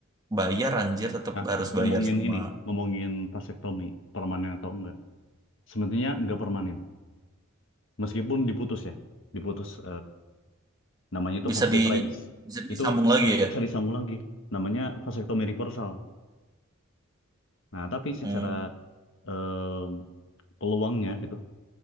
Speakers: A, on the right; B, on the left.
A: bayar anjir tetap
B: Nah,
A: harus
B: ngomongin
A: bayar sama
B: ini, ngomongin vasektomi permanen atau enggak. Sebenarnya nggak permanen. Meskipun diputus ya, diputus Namanya itu
A: bisa
B: vas deferens.
A: di bisa disambung
B: Itu
A: lagi ya.
B: bisa disambung lagi. Namanya vasektomi reversal. Nah, tapi secara
A: Hmm.
B: em, peluangnya gitu,